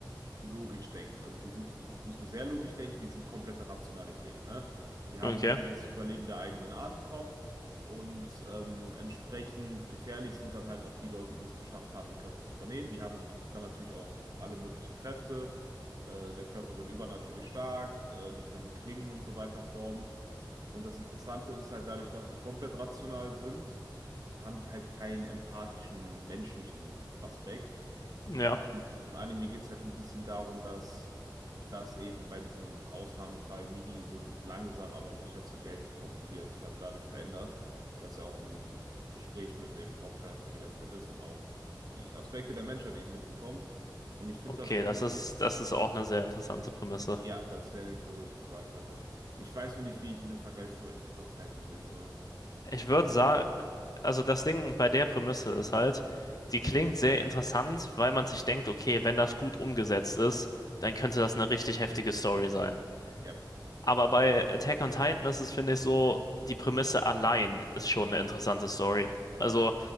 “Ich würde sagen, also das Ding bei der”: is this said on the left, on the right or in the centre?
Left